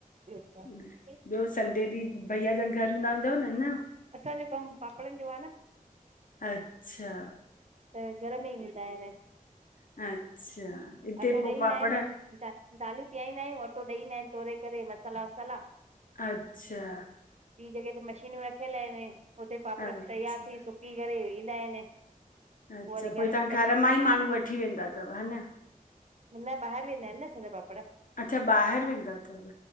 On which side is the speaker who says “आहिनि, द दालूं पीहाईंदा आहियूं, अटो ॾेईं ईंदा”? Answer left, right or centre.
Right